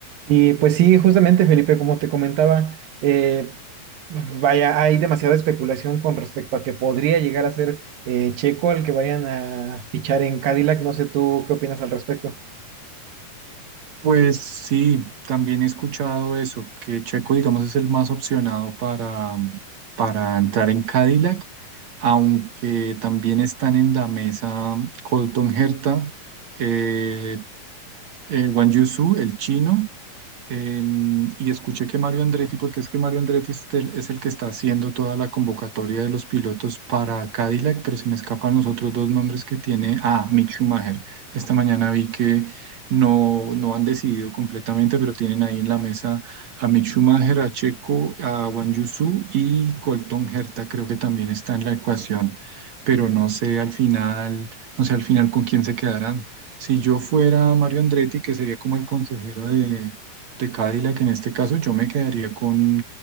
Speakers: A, on the right (about 85°); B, on the right (about 55°).
A: Y pues sí, justamente Felipe, como te comentaba, eh, vaya, hay demasiada especulación con respecto a que podría llegar a ser eh, Checo el que vayan a fichar en Cadillac. No sé tú qué opinas al respecto.
B: Pues sí, también he escuchado eso, que Checo, digamos, es el más opcionado para, para entrar en Cadillac, aunque también están en la mesa Colton Herta, eh, eh, Wang Yusu, el chino, eh, y escuché que Mario Andretti, porque es que Mario Andretti es el, es el que está haciendo toda la convocatoria de los pilotos para Cadillac, pero se me escapan los otros dos nombres que tiene. Ah, Mick Schumacher. Esta mañana vi que no, no han decidido completamente, pero tienen ahí en la mesa a Mick Schumacher, a Checo, a Wang Yusu y Colton Herta, creo que también está en la ecuación, pero no sé al final, no sé al final con quién se quedarán. Si yo fuera Mario Andretti, que sería como el consejero de de Cadillac en este caso, yo me quedaría con,